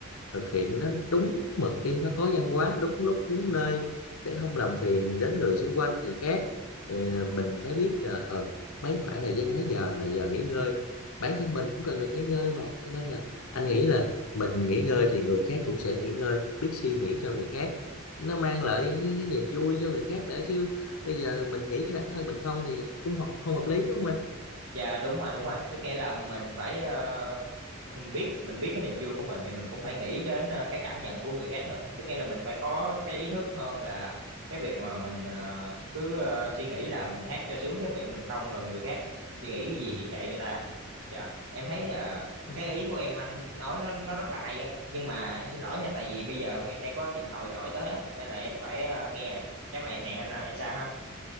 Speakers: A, on the left; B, on the right.
A: thực hiện nó đúng mực đi nó có văn hóa đúng lúc đúng nơi để không làm phiền đến người xung quanh người khác Ờ, mình phải biết là ờ, mấy khoảng thời gian mấy giờ là giờ nghỉ ngơi bản thân mình cũng cần được nghỉ ngơi mà cho nên là anh nghĩ là mình nghỉ ngơi thì người khác cũng sẽ nghỉ ngơi biết suy nghĩ cho người khác nó mang lại cái cái niềm vui cho người khác nữa chứ bây giờ mình nghĩ bản thân mình không thì nó cũng không, không hợp lý đúng không anh
B: dạ đúng rồi đúng rồi tức nghĩa là mình phải ờ, mình biết mình biết cái niềm vui của mình thì mình cũng phải nghĩ đến ờ, cái cảm nhận của người khác nữa tức nghĩa là mình phải có cái ý thức hơn là cái việc mà mình ờ, cứ ờ, suy nghĩ là mình hát cho sướng cái miệng mình không rồi người khác suy nghĩ cái gì thì kệ người ta dạ em thấy là
A: Ừ.
B: cái ý của em anh nói nó, nó rất là hay á nhưng mà em xin lỗi nha tại vì bây giờ em đang có điện thoại gọi tới á nên là em phải ờ, nghe rồi. chắc là em hẹn anh lại sao ha